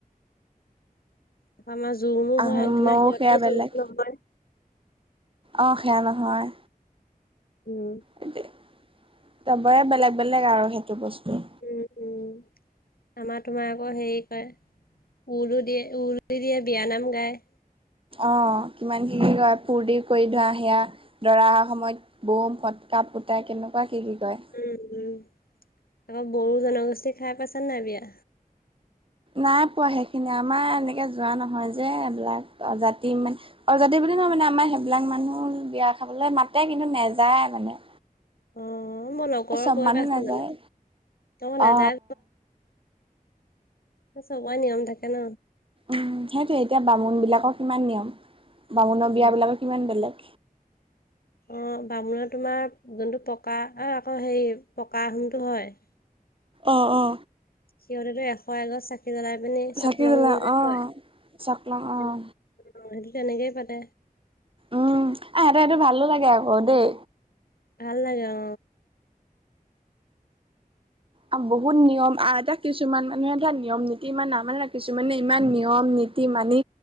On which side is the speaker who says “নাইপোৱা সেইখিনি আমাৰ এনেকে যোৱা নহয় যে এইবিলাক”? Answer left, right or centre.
Right